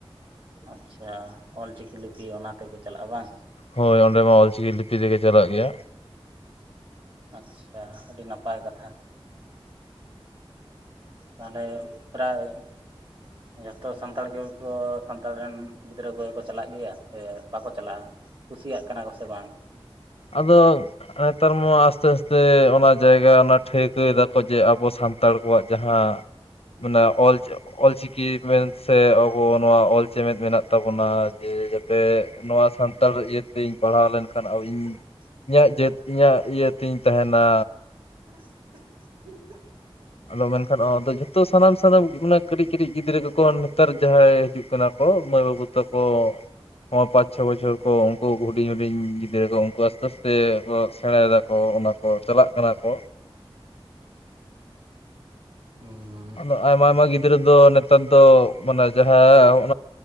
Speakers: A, on the right; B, on the left.
A: ᱟᱪᱪᱷᱟ ᱚᱞᱪᱤᱠᱤ ᱞᱤᱯᱤ ᱚᱱᱟ ᱛᱮᱜᱮ ᱪᱟᱞᱟᱜᱼᱟ ᱵᱟᱝ
B: ᱦᱳᱭ ᱚᱸᱰᱮ ᱢᱟ ᱚᱞᱪᱤᱠᱤ ᱞᱤᱯᱤ ᱛᱮᱜᱮ ᱪᱟᱞᱟᱜ ᱜᱮᱭᱟ
A: ᱟᱪᱪᱷᱟ ᱟᱹᱰᱤ ᱱᱟᱯᱟᱭ ᱠᱟᱛᱷᱟ ᱛᱟᱦᱚᱞᱮ ᱯᱨᱟᱭ ᱡᱚᱛᱚ ᱥᱟᱱᱛᱟᱲ ᱜᱮᱠᱚ ᱥᱟᱱᱛᱟᱲ ᱨᱮᱱ ᱜᱤᱫᱽᱨᱟᱹ ᱠᱚᱜᱮ ᱠᱚ ᱪᱟᱞᱟᱜ ᱜᱮᱭᱟ ᱥᱮ ᱵᱟᱠᱚ ᱪᱟᱞᱟᱜᱼᱟ ᱠᱩᱥᱤᱭᱟᱜ ᱠᱟᱱᱟ ᱠᱚᱥ ᱵᱟᱝ
B: ᱟᱫᱚ ᱱᱮᱛᱟᱨ ᱢᱟ ᱟᱥᱛᱮ ᱟᱥᱛᱮ ᱚᱱᱟ ᱡᱟᱭᱜᱟ ᱚᱱᱟ ᱴᱷᱟᱹᱣᱠᱟᱹᱭ ᱫᱟᱠᱚ ᱡᱮ ᱟᱵᱚ ᱥᱟᱱᱛᱟᱲ ᱥᱟᱱᱛᱟᱲ ᱠᱚᱣᱟᱜ ᱡᱟᱦᱟᱸ ᱢᱟᱱᱮ ᱚᱞ ᱚᱞᱪᱤᱠᱤ ᱢᱮᱱ ᱥᱮ ᱟᱵᱚ ᱱᱚᱣᱟ ᱚᱞ ᱪᱮᱢᱮᱫ ᱢᱮᱱᱟᱜ ᱛᱟᱵᱚᱱᱟ ᱡᱮ ᱡᱟᱛᱮ ᱱᱚᱣᱟ ᱥᱟᱱᱛᱟᱲ ᱤᱭᱟᱹᱛᱮᱧ ᱯᱟᱲᱦᱟᱣ ᱞᱮᱱᱠᱷᱟᱱ ᱟ ᱤᱧ
A: <inaudible>
B: ᱤᱧᱟᱹᱜ ᱡᱟᱹᱛ ᱤᱧᱟᱹᱜ ᱤᱭᱟᱹᱛᱤᱧ ᱛᱟᱦᱮᱱᱟ
A: <unintelligible>
B: ᱟᱫᱚ ᱢᱮᱱᱠᱷᱟᱱ ᱱᱚᱣᱟ ᱫᱚ ᱡᱚᱛᱚ ᱛᱚ ᱥᱟᱱᱟᱢ ᱥᱟᱱᱟᱢ ᱢ ᱠᱟᱹᱴᱤᱡ ᱠᱟᱹᱴᱤᱡ ᱜᱤᱫᱽᱨᱟᱹ ᱠᱚᱠᱚ ᱱᱮᱛᱟᱨ ᱡᱟᱦᱟᱸᱭ ᱦᱤᱡᱩᱜ ᱠᱟᱱᱟ ᱠᱚ ᱢᱟᱹᱭ ᱵᱟᱹᱵᱩ ᱛᱟᱠᱚ ᱦᱚᱸ ᱯᱟᱸᱪ ᱪᱷᱚ ᱵᱚᱪᱷᱚᱨ ᱠᱚ ᱩᱱᱠᱩ ᱦᱩᱰᱤᱧ ᱦᱩᱰᱤᱧ ᱜᱤᱫᱽᱨᱟᱹ ᱠᱚ ᱩᱱᱠᱩ ᱟᱥᱛᱮ ᱟᱥᱛᱮ ᱥᱮ ᱥᱮᱬᱟᱭᱮᱫᱟᱠᱚ ᱚᱱᱟ ᱠᱚ ᱪᱟᱞᱟᱜ ᱠᱟᱱᱟ ᱠᱚ
A: ᱦᱮᱸ
B: ᱟᱫᱚ ᱟᱭᱢᱟ ᱟᱭᱢᱟ ᱜᱤᱫᱽᱨᱟᱹ ᱫᱚ ᱱᱮᱛᱟᱨ ᱫᱚ ᱢᱟᱱᱮ ᱡᱟᱦᱟᱸ ᱦᱚᱜ